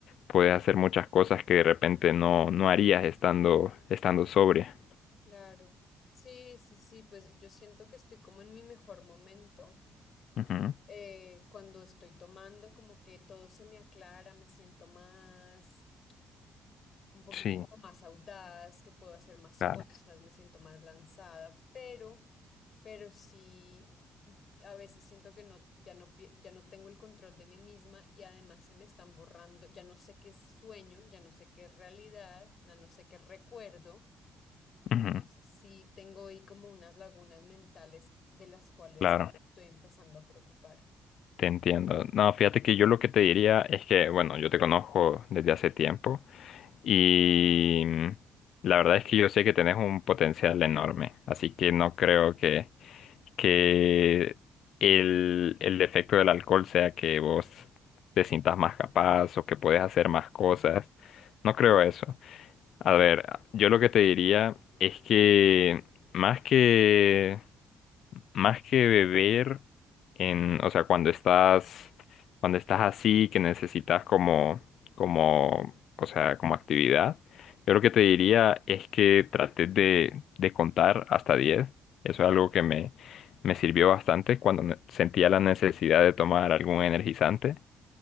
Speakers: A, on the left; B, on the left.
A: puedes hacer muchas cosas que de repente no, no harías estando, estando sobria.
B: Claro. Sí, sí, sí, pues yo siento que estoy como en mi mejor momento.
A: Ujú,
B: eh, cuando estoy tomando, como que todo se me aclara, me siento más, un poquito
A: Sí,
B: como más audaz, que puedo hacer más
A: claro.
B: cosas, me siento más lanzada, pero, pero sí, a veces siento que no, ya no, pi- ya no tengo el control de mí misma y además se me están borrando, ya no sé qué es sueño, ya no sé qué es realidad, ya no sé qué es recuerdo. Entonces
A: ujú,
B: sí tengo ahí como unas lagunas mentales de las cuales
A: Claro,
B: estoy empezando a preocupar.
A: te entiendo. No, fíjate que yo lo que te diría es que, bueno, yo te conozco desde hace tiempo y mm, la verdad es que yo sé que tenés un potencial enorme, así que no creo que que el, el efecto del alcohol sea que vos te sientas más capaz o que puedes hacer más cosas. No creo eso. A ver, yo lo que te diría es que más que más que beber en, o sea, cuando estás, cuando estás así, que necesitas como, como, o sea, como actividad, yo lo que te diría es que trates de, de contar hasta diez Eso es algo que me, me sirvió bastante cuando ne- sentía la necesidad de tomar algún energizante